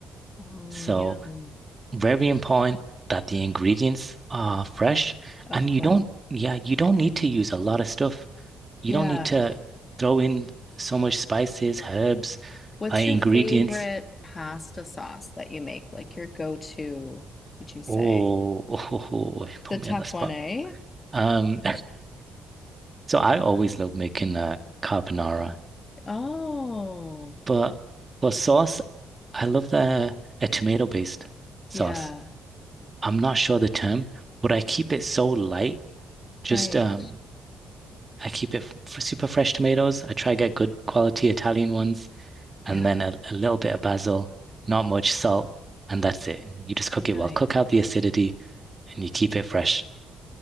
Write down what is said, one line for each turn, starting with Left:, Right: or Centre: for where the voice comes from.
Left: Oh,
Right: So
Left: yum.
Right: very important that the ingredients are fresh
Left: Of
Right: and
Left: course.
Right: you don't yeah, you don't need to use a lot of stuff. You
Left: Yeah.
Right: don't need to throw in so much spices, herbs,
Left: What's
Right: uh, ingredients.
Left: your favorite pasta sauce that you make? Like your go-to, would you say?
Right: Oh, <laughs> oh, oh, put
Left: The tough
Right: me on the spot.
Left: one, eh?
Right: Um, So I always love making uh, carbonara,
Left: Oh,
Right: but for sauce, I love the a tomato-based sauce.
Left: yeah.
Right: I'm not sure the term, but I keep it so light. Just
Left: Right.
Right: um, I keep it f f- super fresh tomatoes. I try to get good quality Italian ones,
Left: Yeah.
Right: and then a, a little bit of basil, not much salt, and that's it. You just cook
Left: Nice.
Right: it well, cook out the acidity, and you keep it fresh.